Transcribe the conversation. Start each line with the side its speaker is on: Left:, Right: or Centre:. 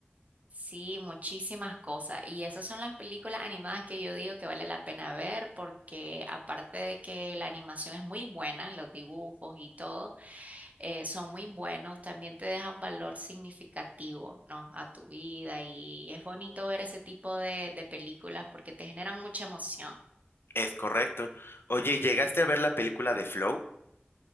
Right: Sí, muchísimas cosas. Y esas son las películas animadas que yo digo que vale la pena ver porque aparte de que la animación es muy buena, los dibujos y todo, eh, son muy buenos, también te deja un valor significativo, ¿no? a tu vida y es bonito ver ese tipo de, de películas porque te generan mucha emoción.
Left: Es correcto. Oye, ¿llegaste a ver la película de Flow?